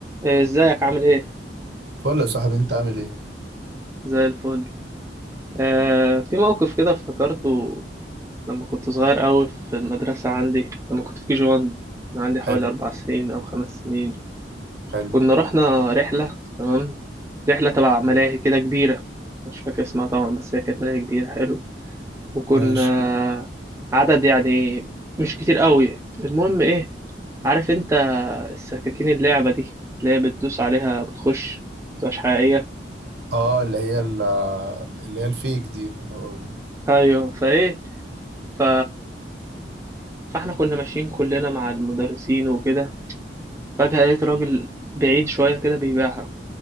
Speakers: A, on the right (about 15°); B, on the right (about 65°).
A: إيه، ازيك عامل ايه
B: قول يا صاحبي انت عامل ايه
A: زي الفل آه في موقف كده افتكرته لما كنت صغير قوي في المدرسة عندي لما كنت في كي جي 1 كان عندي حوالي
B: حلو
A: أربع سنين أو خمس سنين
B: حلو
A: كنا رحنا رحلة تمام رحلة تبع ملاهي كده كبيرة مش فاكر اسمها طبعا بس هي كانت ملاهي كبيرة حلو وكنا
B: ماشي
A: عدد يعني مش كتير قوي المهم ايه عارف انت السكاكين اللعبة دي اللي هي بتدوس عليها بتخش مبتبقاش حقيقية
B: اه اللي هي ال- اللي هي الفيك دي أو ال-
A: ايوه فايه ف فاحنا كنا ماشيين كلنا مع المدرسين وكده فجأة لقيت راجل بعيد شوية كده بيبيعها